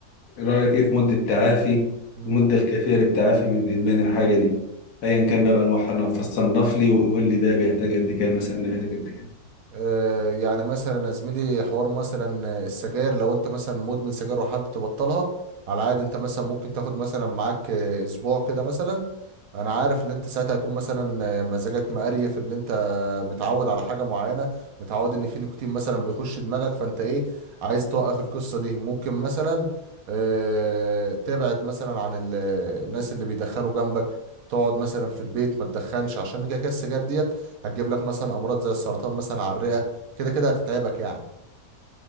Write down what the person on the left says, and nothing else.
إيه رأيك إيه في مدة تعافي
المدة الكافية للتعافي من إدمان الحاجة دي أيا كان بقى بأنواعها أنا فصنف لي وقول لي ده بيحتاج قد كده مثلا ده بيحتاج قد كده